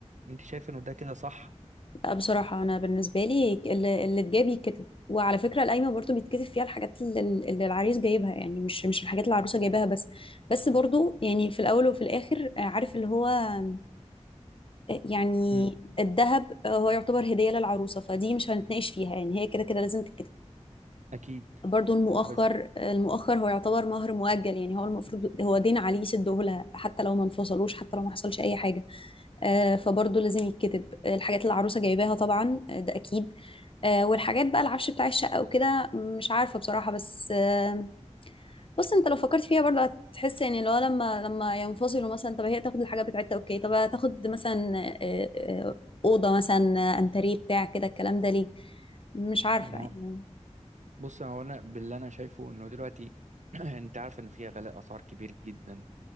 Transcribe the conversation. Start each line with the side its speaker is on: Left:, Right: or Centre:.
Right: انت شايف انه ده كده صح
Left: لا بصراحة أنا بالنسبة لي ك- اللي اللي اتجاب يتكتب وعلى فكرة القايمة برضو بيتكتب فيها الحاجات اللي, اللي العريس جايبها يعني مش مش الحاجات اللي العروسة جايبها بس بس برضو يعني في الأول وفي الآخر آه، عارف اللي هو آه، يعني
Right: مم.
Left: الذهب آه، هو يعتبر هدية للعروسة فدي مش هنتناقش فيها يعني هي كده كده لازم تتكتب
Right: اكيد
Left: برضو المؤخر
Right: بس
Left: آه، المؤخر هو يعتبر مهر مؤجل يعني هو المفروض هو دين عليه يسده لها حتى لو ما انفصلوش حتى لو ما حصلش أي حاجة آه، فبرضه لازم يتكتب آه، الحاجات اللي العروسة جايباها طبعا آه، ده أكيد آه، والحاجات بقى العفش بتاع الشقة وكده مش عارفة بصراحة بس آه، بص انت لو فكرت فيها برضه هتحس يعني لو لما لما ينفصلوا مثلا طب هي تاخد الحاجة بتاعتها اوكي طب هتاخد مثلا آه، آه، أوضة مثلا آه، أنتريه بتاع كده الكلام ده ليه مش عارفة
Right: ما
Left: يعني
Right: بص هو انا باللي انا شايفه انه دلوقتي <clears throat> انت عارف ان في غلاء اسعار كبير جدا